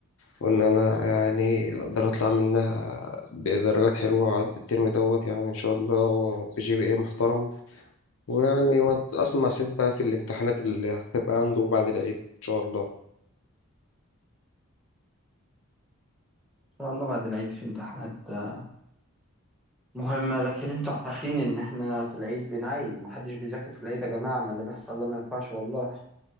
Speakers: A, on the left; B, in the centre.
A: وإن أنا يعني أقدر أطلع منها بدرجات حلوة وأعدي الترم دوت يعني إن شاء الله بجي بي إيه محترم ويعني وقت أسمع سيف بقى في الامتحانات اللي هتبقى عنده بعد العيد إن شاء الله
B: شاء الله بعد العيد في امتحانات آه، مهمة لكن انتوا عارفين ان احنا في العيد بنعيد محدش بيذاكر في العيد يا جماعة ما اللي بيحصل ده ما ينفعش والله